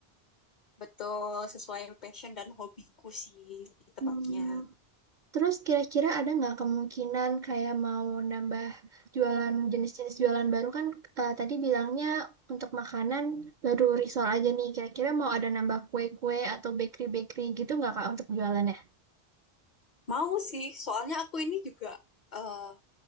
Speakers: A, on the left; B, on the right.
A: <laughs> Betul, sesuai passion dan hobiku sih lebih tepatnya.
B: Hmm, terus kira-kira ada nggak kemungkinan kayak mau nambah jualan jenis-jenis jualan baru kan eh, tadi bilangnya untuk makanan baru risol aja nih. Kira-kira mau ada nambah kue-kue atau bakery-bakery gitu nggak Kak untuk jualannya?
A: Mau sih, soalnya aku ini juga eh,